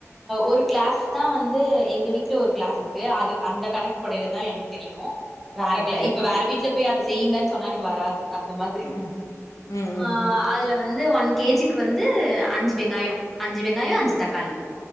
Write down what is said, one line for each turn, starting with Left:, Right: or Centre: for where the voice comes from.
Centre: ஒரு கிளாஸ் தா வந்து எங்க வீட்ல ஒரு கிளாஸ் இருக்கு அது அந்த கணக்கு படைல தா எனக்கு தெரியு வேறக்கி
Left: ஓகே
Centre: இப்ப வேற வீட்ல போய் அத செய்யிங்கன்னு சொன்ன வராது அந்த மாதிரி
Left: ம் ம் ம்
Centre: ஆஹ் அதுல வந் ந்து ஒன் கேஜிக்கு வந்து அஞ்சு வெங்காய அஞ்சு வெங்காய அஞ்சு தக்காளி